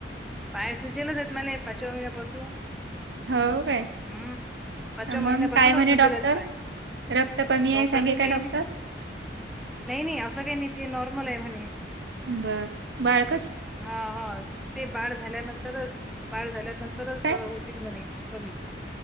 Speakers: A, in the centre; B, on the right.
A: पाय सुजेलच आहेत मले पाचव्या महिन्यापासून.
B: हो काय
A: हम्म पाचव
B: मग
A: महिन्यापासूनच
B: काय म्हणे
A: सुजेल
B: डॉक्टर
A: आहेत पाय.
B: रक्त कमी
A: डॉक्टरीन
B: आहे सांगे का
A: काही
B: डॉक्टर?
A: नाही नाही नाही असं काही नाही ते नॉर्मल आहे म्हणे.
B: बरं बाळ कस
A: हा हा ते बाळ झाल्यानंतरच बाळ झाल्यानंतरच
B: काय
A: होतील म्हणे कमी.